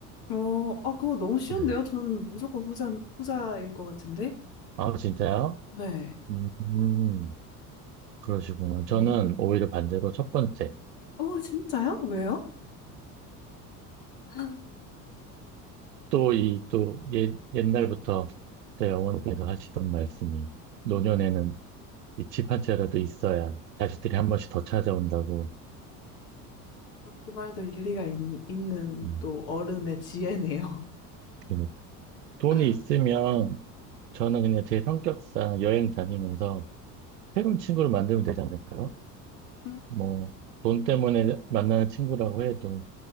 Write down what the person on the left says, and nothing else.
어, 어, 그거 너무 쉬운데요?
저는 무조건 후자, 후자일 것 같은데?
네.
음.
어, 진짜요? 왜요? <laughs>
또 그 말도 일리가 있, 있는
또 어른의 지혜네요.
<laughs>
음,